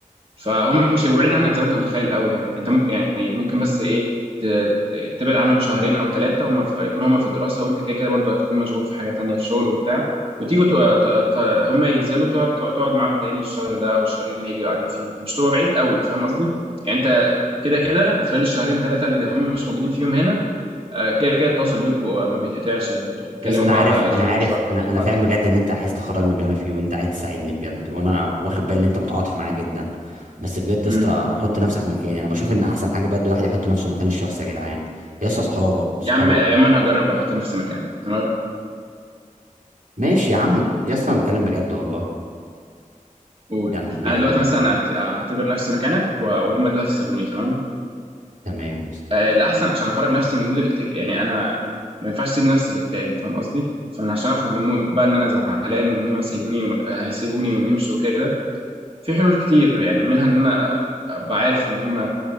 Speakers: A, on the right (about 45°); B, on the right (about 70°).
A: فهم مش هيبقوا بعيد عنك زي ما انت متخيل قوي يعني انت ممكن يعني ممكن بس ايه ت- ت- تبعد عنهم شهرين او ثلاثه هم في... يكون هم في الدراسه وانت كده كده برضه هتكون مشغول في حاجه تانيه في شغل وبتاع وتيجوا ت- ت- ت- هم ينزلوا تقعد تقعد معاهم تاني الشهر ده او الشهرين اللي هيجوا قاعدين فيهم فمش تبقى بعيد قوي فاهم قصدي؟ يعني انت كده كده خلال الشهرين ثلاثه اللي هم مش موجودين فيهم هنا آه، كده كده التواصل بينكم ما بيتقطعش يعني انتوا بتكلموا
B: يا اسطى انا
A: بعض
B: عارف
A: على
B: انا
A: زوم
B: عارف
A: سواء
B: انا
A: بتكلموا
B: انا
A: بعض
B: فاهم بجد ان انت عايز تخرجني من اللي انا فيه وانت عايز تساعدني بجد وانا واخد بالي ان انت متعاطف معايا جدا بس بجد يا
A: امم
B: اسطى حط نفسك مكاني انا بشوف ان احسن حاجه بجد الواحد يحط نفسه مكان الشخص يا جدعان يا اسطى صحابك
A: يا
B: صحابك
A: عم يا عم انا هجرب واحط نفسي مكانك تمام
B: ماشي يا عم يا اسطى انا بتكلم بجد والله
A: قول
B: يعني يعني
A: انا دلوقتي مثلا أعت- اعتبر نفسي مكانك و- وهم دلوقتي سابوني تمام
B: تمام يا اسطى
A: آه، الاحسن عشان اخرج نفسي من مود الاكتئاب يعني انا ما ينفعش اسيب نفسي الاكتئاب فاهم قصدي فانا عشان اخرج من مود بقى ان انا زعلان وان هم سايبوني آه، هيسيبوني ويمشوا وكده في حلول كتير يعني منها ان انا ابقى عارف ان هم